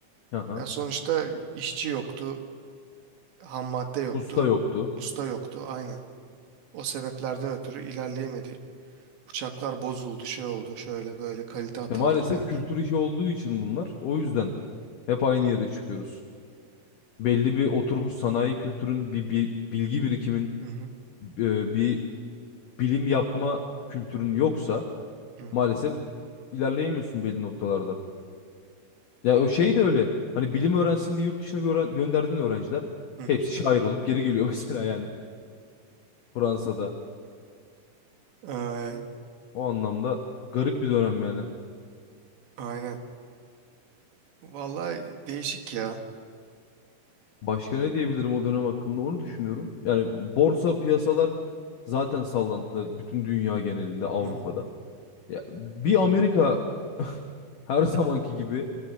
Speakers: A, on the left; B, on the right.
A: Aha.
B: Ya sonuçta işçi yoktu, ham madde yoktu,
A: Usta yoktu.
B: usta yoktu aynen. O sebeplerden ötürü ilerleyemedi. Uçaklar bozuldu, şey oldu, şöyle böyle kalite hataları
A: İşte maalesef
B: derken.
A: kültür işi olduğu için bunlar. O yüzden hep aynı yere çıkıyoruz. Belli bir oturmuş sanayi kültürün, bir, bir bilgi birikimin,
B: Hı hı
A: e, bir bilim yapma kültürün yoksa
B: hı hı.
A: maalesef ilerleyemiyorsun belli noktalarda. Ya o şey de öyle. Hani bilim öğrensin diye yurt dışına gören, gönderdiğin öğrenciler
B: hı hı.
A: hepsi şair olup geri geliyor <laughs> mesela yani Fransa'da.
B: Ee,
A: O anlamda garip bir dönem yani.
B: aynen. Vallahi değişik ya.
A: Başka ne diyebilirim o dönem hakkında onu düşünüyorum. Yani borsa piyasalar zaten sallantıda bütün dünya genelinde Avrupa'da.
B: Hı hı
A: Ya bir Amerika <laughs> her zamanki gibi